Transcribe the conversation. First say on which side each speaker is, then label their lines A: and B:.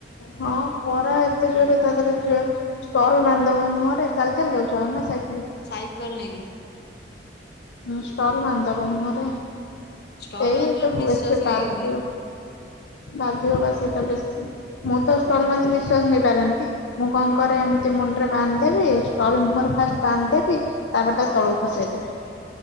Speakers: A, on the left (about 80°); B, on the left (about 65°).
A: ହଁ ଖରା ଏତେ ଜୋରେ ତା ଦେହରେ ଯୋ ଷ୍ଟଲ ବାନ୍ଦି ଦବ ମୁହଁରେ ଚାଲି ଚାଲି ଯାଉଚ ନା ସାଇକେଲ?
B: ସାଇକେଲ ନେଇକି।
A: ଉଁ ଷ୍ଟଲ ବାନ୍ଦି ଦବ ମୁହଁରେ
B: ଷ୍ଟଲ
A: ସେଇ
B: ବାନ୍ଧିଲାଠୁ
A: ତ ବେଶୀ
B: ନିଶ୍ଵାସ ନେଇ
A: ବାଧିବ।
B: ହଉନି।
A: ବାଧିବ ପା ସେଇଟା ବେଶୀ। ମୁଁ ତ ଷ୍ଟଲ ବାନ୍ଧି ନିଶ୍ବାସ ନେଇ ପାରେନି। ମୁଁ କଣ କରେ ଏମିତି ମୁଣ୍ଡରେ ବାନ୍ଦି ଦେବି ଷ୍ଟଲ ମୁହଁରେ ଫାଷ୍ଟ ବାନ୍ଦି ଦେବି। ତାପରେ ତାକୁ ତଳକୁ ଖସେଇ ଦେବି।